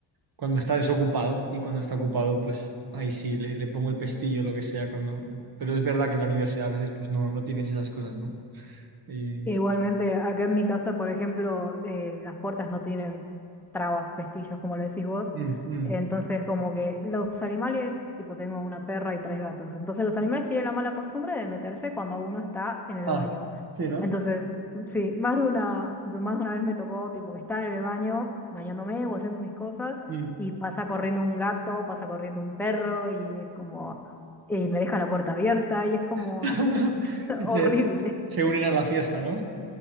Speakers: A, on the right; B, in the centre.
A: Cuando está desocupado y cuando está ocupado, pues ahí sí, le, le pongo el pestillo, lo que sea, cuando... Pero es verdad que en la universidad a veces pues no, no tienes esas cosas, ¿no? Y...
B: Igualmente, acá en mi casa, por ejemplo, eh, las puertas no tienen trabas, pestillos, como le decís vos.
A: Mm, mm.
B: Entonces, como que los animales, tipo, tengo una perra y tres gatos. Entonces, los animales tienen la mala costumbre de meterse cuando uno está en el
A: Ah,
B: baño.
A: sí, ¿no?
B: Entonces, sí, más de una, de- más de una vez me tocó, tipo, que estar en el baño, bañándome o haciendo mis cosas,
A: Mm.
B: y pasa corriendo un gato, pasa corriendo un perro, y es como, y me deja la puerta abierta, y es como
A: <laughs>
B: <laughs>
A: Y
B: horrible.
A: se, se unen a la fiesta, ¿no?